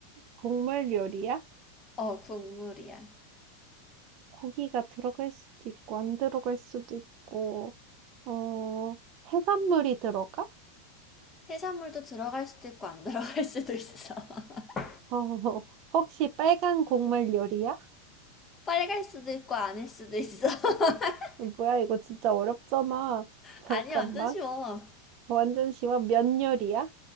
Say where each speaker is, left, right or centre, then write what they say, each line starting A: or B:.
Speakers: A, on the right; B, on the left.
A: 곡물 요리야?
B: 어, 국물이야.
A: 고기가 들어갈 수도 있고 안 들어갈 수도 있고 어 해산물이 들어가?
B: 해산물도 들어갈 수도 있고 안 <laughs> 들어갈 수도 있어. <laughs>
A: <laughs> 어 혹시 빨간 국물 요리야?
B: 빨갈 수도 있고 아닐 수도 있어. <laughs>
A: 뭐야 이거 진짜 어렵잖아.
B: 아니,
A: 잠깐만
B: 완전 쉬워.
A: 완전 쉬워 면 요리야?